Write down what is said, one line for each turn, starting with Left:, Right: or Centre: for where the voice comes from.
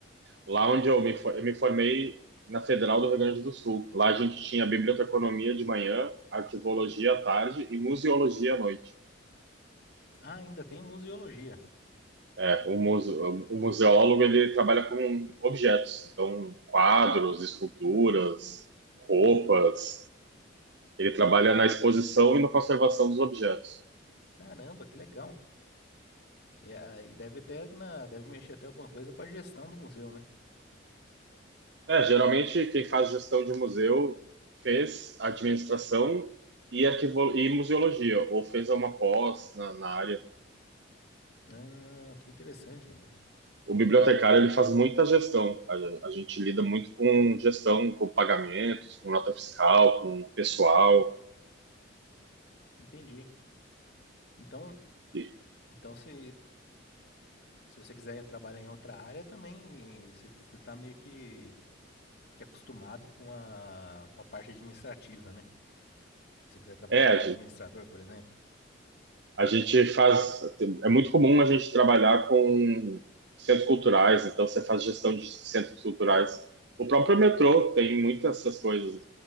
Right: Lá onde eu me, eu me formei na Federal do Rio Grande do Sul, lá a gente tinha biblioteconomia de manhã, arquivologia à tarde e museologia à noite.
Left: Ah, ainda tem museologia.
Right: É, o, muse, o museólogo ele trabalha com objetos, então quadros, esculturas, roupas. Ele trabalha na exposição e na conservação dos objetos.
Left: Caramba, que legal. E, ah, e deve até na, deve mexer até alguma coisa com a gestão do museu, né?
Right: É, geralmente quem faz gestão de museu fez administração e, arquivo... e museologia, ou fez uma pós na, na área.
Left: Ah, que interessante, cara.
Right: O bibliotecário ele faz muita gestão. A, a gente lida muito com gestão, com pagamentos, com nota fiscal, com pessoal.
Left: Entendi. Então,
Right: E-
Left: então se, se você quiser trabalhar em outra área também, você está meio que, que acostumado com a, com a parte administrativa, né? Se você quiser trabalhar
Right: É,
Left: como administrador, por exemplo.
Right: A gente faz, é muito comum a gente trabalhar com centros culturais, então você faz gestão de centros culturais. O próprio metrô tem muitas essas coisas.